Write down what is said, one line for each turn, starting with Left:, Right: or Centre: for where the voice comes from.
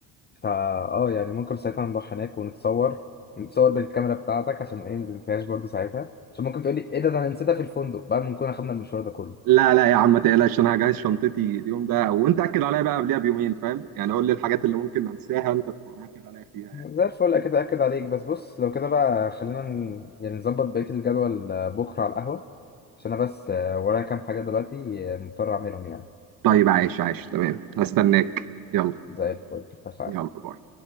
Left: فا اه يعني ممكن ساعتها نروح هناك ونتصور نتصور بالكاميرا بتاعتك عشان ايه ما تنساهاش برضه ساعتها عشان ممكن تقولي ايه ده ده انا نسيتها في الفندق بعد ما نكون اخدنا المشوار ده كله
Right: لا لا يا عم ما تقلقش انا هجهز شنطتي اليوم ده وانت اكد عليا بقى قبلها بيومين فاهم يعني قول لي الحاجات اللي ممكن انساها انت تبقى مأكد عليا فيها يعني.
Left: زي الفل اكيد اكد عليك بس بص لو كده بقى خلينا ن- يعني نظبط بقية الجدول آه، بكرة على القهوة عشان انا بس آه، ورايا كام حاجة دلوقتي آه، مضطر اعملهم يعني
Right: طيب عايش عايش تمام هستناك يلا
Left: زي الفل اتفقنا
Right: يلا باي